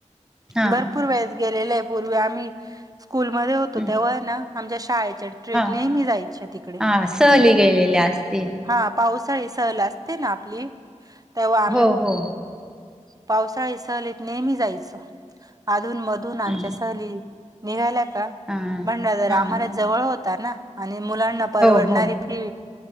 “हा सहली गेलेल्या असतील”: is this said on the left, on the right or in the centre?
Centre